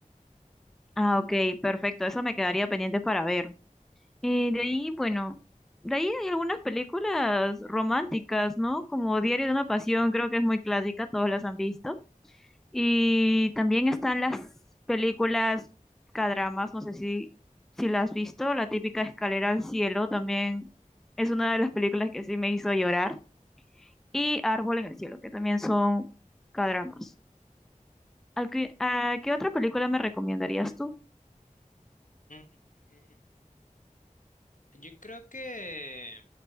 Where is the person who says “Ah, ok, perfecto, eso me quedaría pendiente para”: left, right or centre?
Centre